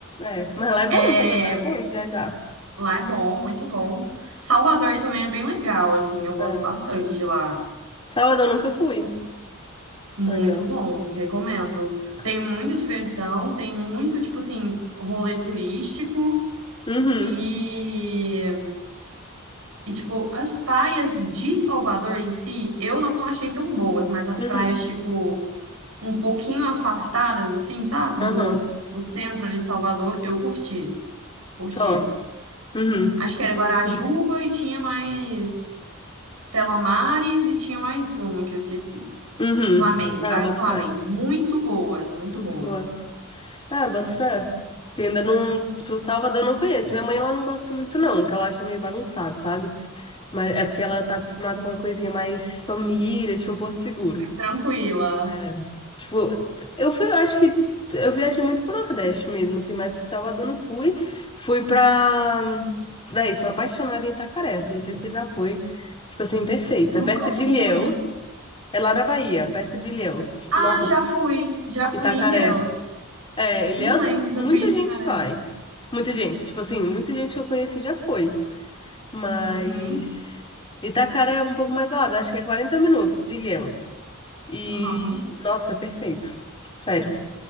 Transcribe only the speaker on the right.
É,
lá é bom, muito bom. Salvador também é bem legal, assim, eu gosto
bastante de lá.
Muito
bom, recomendo. Tem
muita diversão, tem muito, tipo assim, rolê turístico
e, e tipo, as praias de Salvador em si, eu não achei tão boas, mas as
praias, tipo, um pouquinho afastadas, assim, sabe,
do, do centro ali de Salvador, eu curti, curti.
Acho que era Guarajuba e tinha mais Stella Maris e tinha mais uma que eu esqueci.
Flamengo,
Praia
do Flamengo.
Muito boas, muito
boas.
Uhum.
Mas tranquila.
Nunca
fui.
Ah,
já fui. Já fui
em Ilhéus.
Não lembro se
eu fui em Itucaré.
Uhum.
Aham.